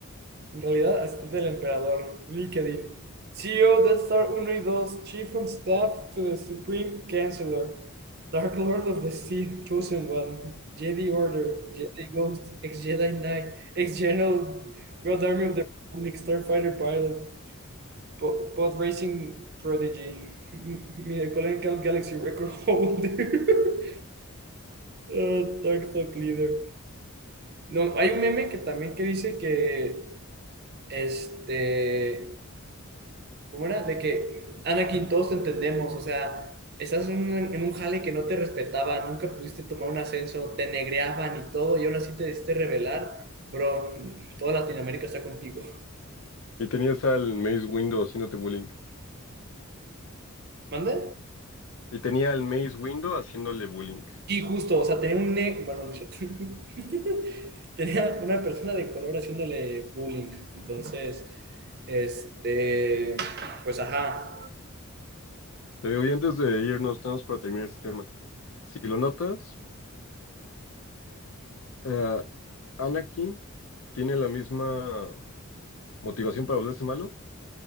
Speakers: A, on the right; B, on the left.
A: En realidad, asistente del emperador, LinkedIn, CEO de Death Star uno y dos Chief of Staff to the Supreme Chancellor, Dark Lord of the Sith Chosen One, Jedi Order, Jedi Ghost, ex-Jedi Knight, ex-General, Grand Army of the Republic, Starfighter Pilot, po- Pod Racing Prodigy, Miracle Count Galaxy Record Holder, <laughs> Ah, Dark Talk Leader. No, hay un meme que también que dice que este ¿Cómo era? De que, Anakin, todos te entendemos, o sea, estás en un, en un jale que no te respetaba, nunca pudiste tomar un ascenso, te negreaban y todo, y ahora sí te decidiste rebelar bro, toda Latinoamérica está contigo.
B: Y tenías al Maze Window haciéndote bullying.
A: ¿Mande?
B: Y tenía al Maze Window haciéndole bullying.
A: Sí, justo, o sea, tenía un ne... Bueno, no es cierto. <laughs> Tenía una persona de color haciéndole bullying, entonces, este, pues ajá.
B: Te digo, y antes de irnos, tenemos para terminar este tema. Si lo notas, eh, Anakin tiene la misma motivación para volverse malo